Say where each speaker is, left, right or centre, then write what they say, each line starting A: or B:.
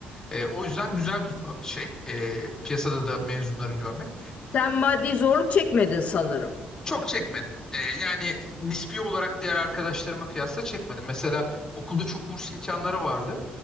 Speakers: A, on the left; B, on the left.
A: E, o yüzden güzel bir şey e, piyasada da mezunları görmek.
B: Sen maddi zorluk çekmedin sanırım.
A: Çok çekmedim. E, yani nispi olarak diğer arkadaşlarıma kıyasla çekmedim. Mesela okulda çok burs imkanları vardı.